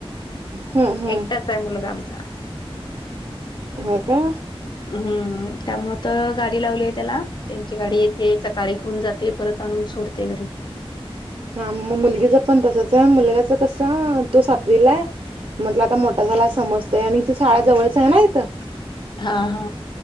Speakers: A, on the right; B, on the left.
A: हम्म हम्म
B: एकटाचय मुलगा आमचा.
A: हा का!
B: हम्म त्यामुळे तर गाडी लावली ये त्याला, त्यांची गाडी येते सकाळी घेऊन जाते परत, आणून सोडते घरी.
A: हा मग मुलगीच पण तसंच आहे मुलगाच कसं तो सातवीला ये, म्हटलं आता मोठा झाला समजतय आणि इथं शाळा जवळच आहे ना इथं.
B: हा हा